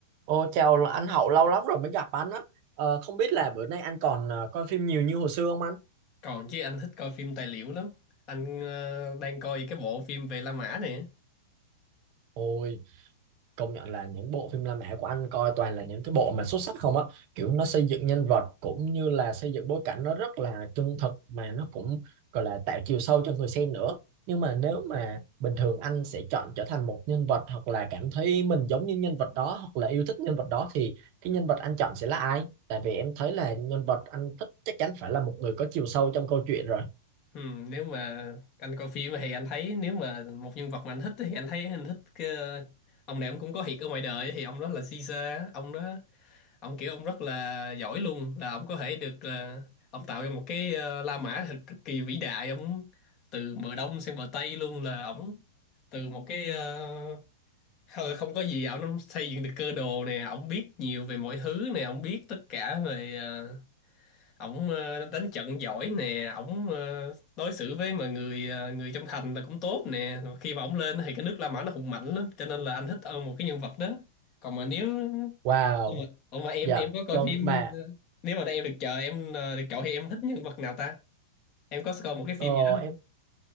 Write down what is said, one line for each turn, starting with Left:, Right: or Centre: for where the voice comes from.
Right: Ô, chào anh Hậu lâu lắm rồi mới gặp anh á. Ờ, không biết là bữa nay anh còn ờ, coi phim nhiều như hồi xưa không anh?
Left: Còn chứ anh thích coi phim tài liệu lắm. Anh ờ, đang coi cái bộ phim về La Mã này.
Right: Ôi, công nhận là những bộ phim La Mã của anh coi toàn là những cái bộ mà xuất sắc không á. Kiểu nó xây dựng nhân vật cũng như là xây dựng bối cảnh nó rất là chân thực mà nó cũng gọi là tạo chiều sâu cho người xem nữa. Nhưng mà nếu mà bình thường anh sẽ chọn trở thành một nhân vật hoặc là cảm thấy mình giống như nhân vật đó hoặc là yêu thích nhân vật đó thì cái nhân vật anh chọn sẽ là ai? Tại vì em thấy là nhân vật anh thích chắc chắn phải là một người có chiều sâu trong câu chuyện rồi.
Left: Ừ, nếu mà anh coi phim thì anh thấy nếu mà một nhân vật mà anh thích thì anh thấy anh thích cái, ờ, ông này ông cũng có thiệt ở ngoài đời thì ông đó là Caesar, ông đó ông kiểu ông rất là giỏi luôn là ông có thể được ờ, ông tạo ra một cái ờ, La Mã thật cực kỳ vĩ đại ông từ bờ đông sang bờ tây luôn là ông từ một cái ờ, Ờ, không có gì ổng xây dựng được cơ đồ nè ổng biết nhiều về mọi thứ nè ổng biết tất cả về ờ, ổng ờ, đánh trận giỏi nè ổng ờ, đối xử với mà người ờ, người trong thành là cũng tốt nè Rồi khi mà ổng lên thì cái nước La Mã nó hùng mạnh lắm cho nên là anh thích ờ, một cái nhân vật đó còn mà nếu
Right: Wow,
Left: nhưng mà, ủa mà em
Right: dạ,
Left: em có coi
Right: vâng
Left: phim
Right: mà
Left: ờ, nếu mà em được chờ em ờ, được chọn thì em thích nhân vật nào ta em có coi một cái phim
Right: ờ,
Left: gì đó không